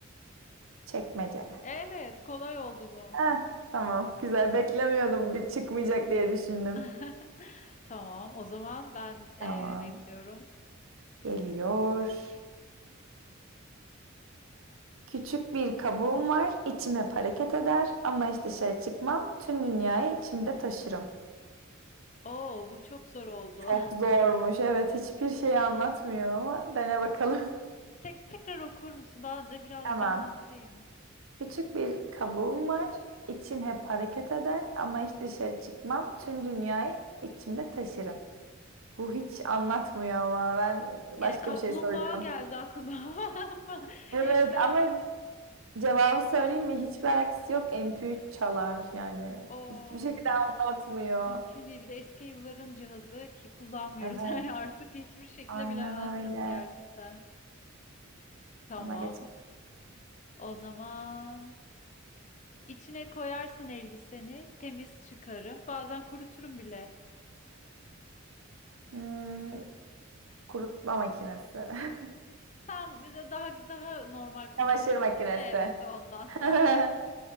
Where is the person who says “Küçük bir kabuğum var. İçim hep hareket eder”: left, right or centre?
Right